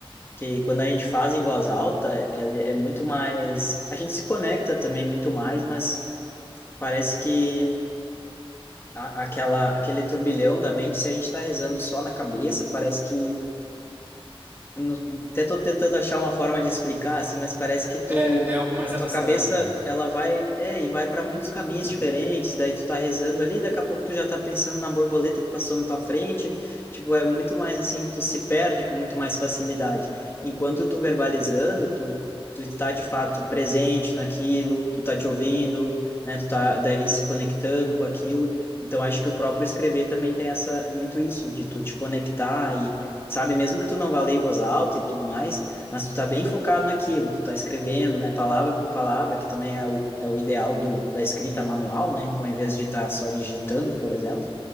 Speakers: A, on the left (about 25°); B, on the right (about 20°).
A: que quando a gente faz em voz alta, é, é muito mais. A gente se conecta também muito mais, mas parece que a- aquela, aquele turbilhão da mente, se a gente está rezando só na cabeça, parece que eu não- até tô tentando achar uma forma de explicar, assim, mas parece que tu,
B: É, é algo mais
A: a
B: abstrato.
A: tua cabeça, ela vai, é, e vai para muitos caminhos
B: Uhum.
A: diferentes, daí tu tá rezando ali, daqui a pouco tu já tá pensando na borboleta que passou na tua frente, tipo, é muito mais assim, tu se perde com muito mais facilidade. Enquanto tu verbalizando, tu tu está de fato presente naquilo, tu tá te ouvindo, né, tu tá daí se conectando com aquilo. Então acho que o próprio escrever também tem essa muito isso de tu te conectar e sabe? Mesmo que tu não vá ler em voz alta e tudo mais, mas tu tá bem focado naquilo, tu tá escrevendo, né? Palavra por palavra, que também é o, é o ideal do, da escrita manual, né? Ao invés de estar só digitando, por exemplo.